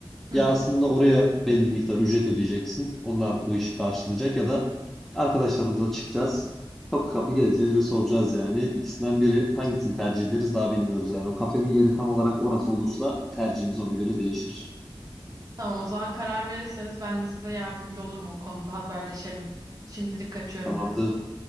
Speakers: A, on the right; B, in the centre.
A: Hı
B: Ya
A: hı.
B: aslında oraya belli miktar ücret ödeyeceksin. Onlar bu işi karşılayacak ya da arkadaşlarımıza çıkacağız. Kapı kapı gezeceğiz ve soracağız yani. İkisinden biri hangisini tercih ederiz daha bilmiyoruz yani. O kafenin yeri tam olarak orası olursa tercihimiz ona göre değişir.
A: Tamam o zaman karar verirseniz ben de size yardımcı olurum o konuda haberleşelim. Şimdilik kaçıyorum
B: Tamamdır.
A: ben.